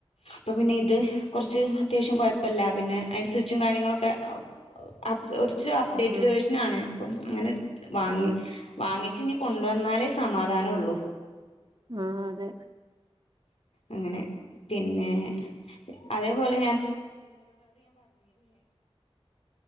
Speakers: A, on the left (about 80°); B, on the right (about 45°).
A: അപ്പൊ പിന്നെ ഇത് കുറച്ച് അത്യാവശ്യം കുയപ്പില്ല പിന്നെ അതിന്റെ സ്വിച്ചും കാര്യങ്ങളൊക്കെ അ ഒരു കുറച്ച് അപ്ഡേറ്റഡ്
B: ആഹ്
A: വേർഷനാണ് അപ്പം അങ്ങനെ എടുത്ത് വാങ്ങി
B: ആഹ്
A: വാങ്ങിച്ച് നീ കൊണ്ട വന്നാലേ സമാധാനംള്ളൂ
B: ആ അതെ
A: അങ്ങനെ പിന്നെ അതേപോലെ